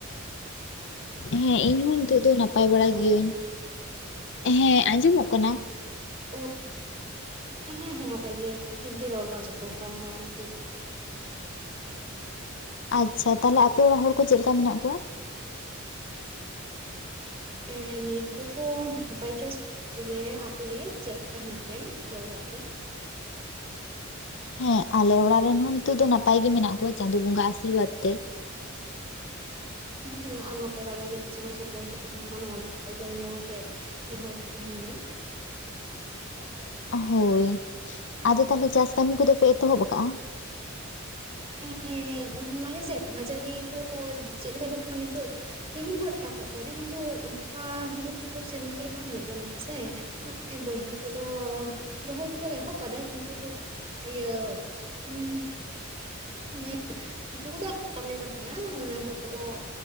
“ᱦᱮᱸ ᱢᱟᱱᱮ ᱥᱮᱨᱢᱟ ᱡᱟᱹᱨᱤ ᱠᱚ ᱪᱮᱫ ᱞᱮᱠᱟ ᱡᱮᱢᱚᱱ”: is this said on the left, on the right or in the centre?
Right